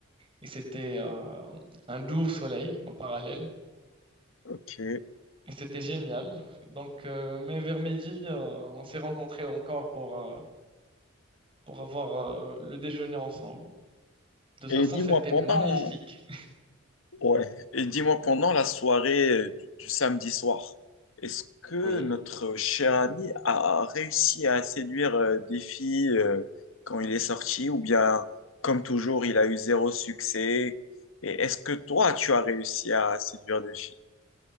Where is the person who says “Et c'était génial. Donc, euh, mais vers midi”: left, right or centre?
Right